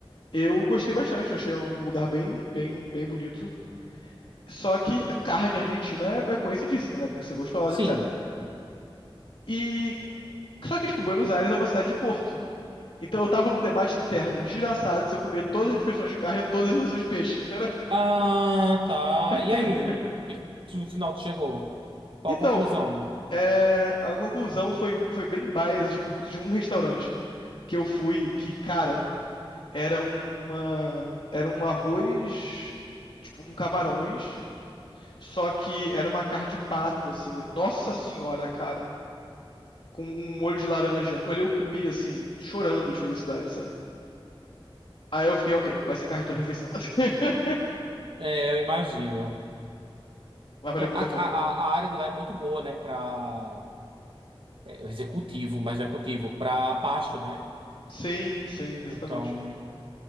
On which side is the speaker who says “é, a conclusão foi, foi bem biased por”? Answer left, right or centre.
Left